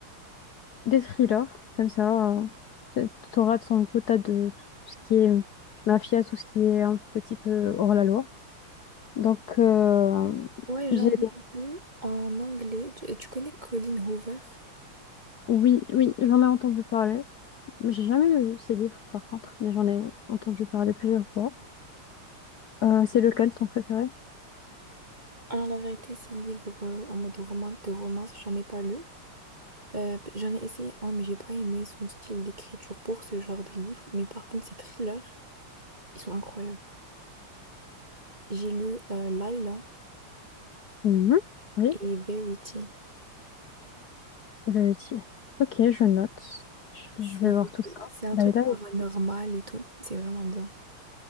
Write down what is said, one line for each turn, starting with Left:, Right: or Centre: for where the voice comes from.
Left: des thrillers, comme ça, euh, t'auras de son quota de tout ce qui est mafia, tout ce qui est un petit peu hors la loi. Donc, euh,
Right: Ouais, j'en
Left: j'ai,
Right: ai lu en anglais. Tu, tu connais Colleen Hoover?
Left: oui, oui, j'en ai entendu parler. mais J'ai jamais lu ces livres, par contre, mais j'en ai entendu parler plusieurs fois. Euh, c'est lequel ton préféré?
Right: Alors, la vérité, ces livres euh, en mode romance, de romance, j'en ai pas lu. Euh, j'en ai essayé un, mais j'ai pas aimé son style d'écriture pour ce genre de livre. Mais par contre, ses thrillers, ils sont incroyables. J'ai lu euh, Laila
Left: Mhm. Oui,
Right: et Verity.
Left: Verity. Ok, je note. Je,
Right: C'est,
Left: je vais voir tout ça.
Right: c'est un
Left: Layla
Right: truc
Left: et
Right: paranormal
Left: Verity.
Right: et tout. C'est vraiment bien.